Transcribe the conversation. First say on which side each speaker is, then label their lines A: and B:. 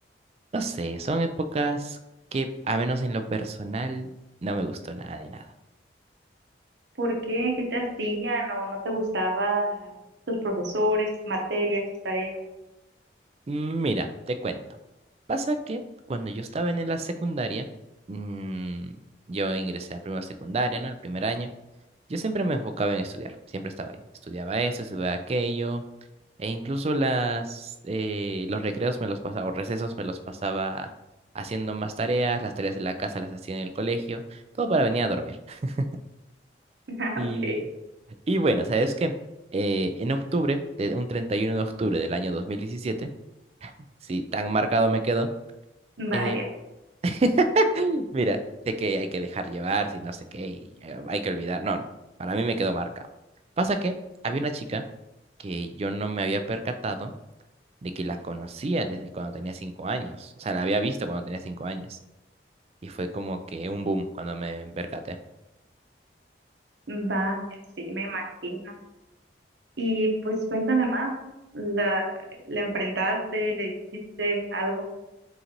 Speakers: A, on the right (about 35°); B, on the right (about 75°).
A: No sé, son épocas que, a menos en lo personal, no me gustó nada de nada.
B: ¿Por qué? ¿Qué te hacían o no te gustaba tus profesores, tus materias, tus tareas?
A: Mm, Mira, te cuento. Pasa que cuando yo estaba en la secundaria, mm, yo ingresé a primera secundaria, ¿no? El primer año. Yo siempre me enfocaba en estudiar, siempre estaba ahí. Estudiaba eso, estudiaba aquello, E incluso las, eh, los recreos me los pasaba, o recesos me los pasaba haciendo más tareas, las tareas de la casa las hacía en el colegio, todo para venir a dormir. <laughs>
B: <laughs> Ah,
A: Y,
B: ok.
A: y bueno, ¿sabes qué? Eh, en octubre, de un 31 de octubre del año 2017 si tan marcado me quedó,
B: Vaya,
A: eh, <gasps> <laughs> mira, sé que hay que dejar llevar, si no sé qué, y, eh, hay que olvidar. No, no, para mí me quedó marcado. Pasa que había una chica que yo no me había percatado de que la conocía desde cuando tenía cinco años. O sea, la había visto cuando tenía cinco años. Y fue como que un boom cuando me percaté.
B: vaya, sí, me imagino. Y pues cuéntame más. ¿La, la enfrentaste? ¿Le dijiste algo?